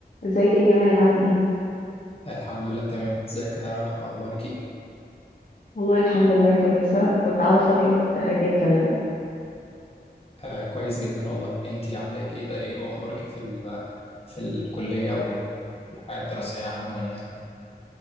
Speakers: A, on the left; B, on the left.
A: ازيك يا جمال عامل ايه؟
B: الحمد لله تمام ازيك يا رحمة اخبارك ايه
A: والله الحمد لله كويسة كنت قاعدة فاضية قلت اجي اكلمك
B: آه كويس جدا والله انتي عاملة ايه كده ايه اخبارك في ال في الكلية وال والحياة الدراسية يعني عموما يعني